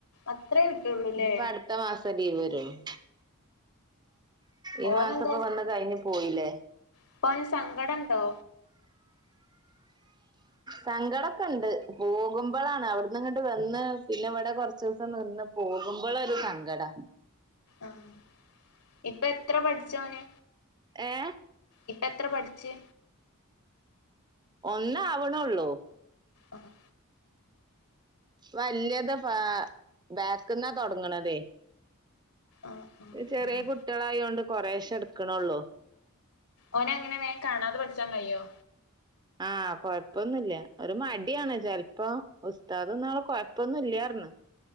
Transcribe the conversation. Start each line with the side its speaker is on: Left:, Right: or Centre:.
Left: അത്രേ കിട്ടൊള്ളൂല്ലേ
Right: ഇനിപ്പ അട്ത്ത മാസം ലീവരൊള്ളൂ ഈ
Left: ഓനെന്താ
Right: മാസപ്പ വന്ന് കഴിഞ്ഞ് പോയിലെ
Left: ഇപ്പോന് സങ്കടണ്ടോ
Right: സങ്കടൊക്കെണ്ട് പോകുമ്പളാണ് അവിട്ന്ന് ഇങ്ങട് വന്ന് പിന്നെ ഇവടെ കൊർച്ചൂസം നിന്ന് പോകുമ്പൊളൊരു സങ്കടാ
Left: ആഹ് ഇപ്പെത്ര പഠിച്ചോന്
Right: ഏഹ്
Left: ഇപ്പെത്ര പഠിച്ച്
Right: ഒന്നാവ്ണൊള്ളൂ
Left: ആഹ്
Right: വല്യത് ബാ ബാക്ക്ന്നാ തൊടങ്ങ്ണതെ
Left: ആഹ് ആഹ്
Right: ചെറിയ
Left: ആഹ്
Right: കുട്ടിയോളായതോണ്ട് കൊറേശെ ഇടക്കണൊള്ളൂ
Left: ഓനെങ്ങനെ വേം കാണാതെ പഠിച്ചാൻ കയ്യോ
Right: ആഹ് കൊഴപ്പൊന്നുല്ല ഒരു മടിയാണ് ചെലപ്പോ ഉസ്താദ്ന്നാള് കൊഴപ്പൊന്നുല്ലാർന്ന്